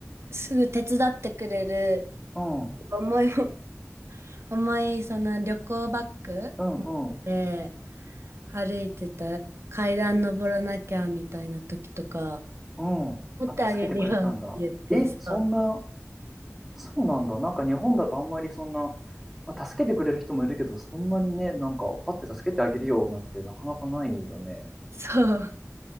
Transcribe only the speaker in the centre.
うん。
うんうん。
うん。
あ、助けてくれたんだ。え、そんな、そうなんだ。なんか日本だとあんまりそんな、まあ、助けてくれる人もいるけど、そんなにね、なんか、パッて助けてあげるよなんてなかなかないよね。